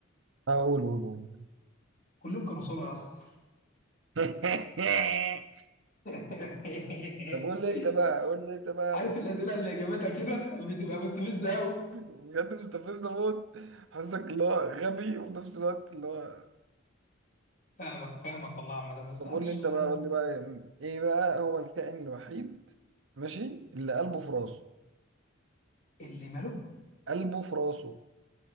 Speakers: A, on the right; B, on the left.
A: اقول قول قول قول.
B: كلهم كانوا صلع يا اسطى
A: <laughs>
B: <laughs>
A: طب قول لي انت بقى قول لي انت بقى
B: عارف
A: فكر
B: الاسئله اللي اجابتها كده بتبقى مستفزه قوي
A: بجد مستفز موت حاسسك اللي هو غبي وفي نفس الوقت اللي هو
B: فاهمك فاهمك والله يا عم ده بس
A: طب
B: معلش
A: قول لي انت
B: بقى
A: بقى
B: يعني
A: قول لي بقى يعني ايه بقى هو الكائن الوحيد ماشي اللي قلبه في راسه
B: اللي ملوك
A: قلبه في راسه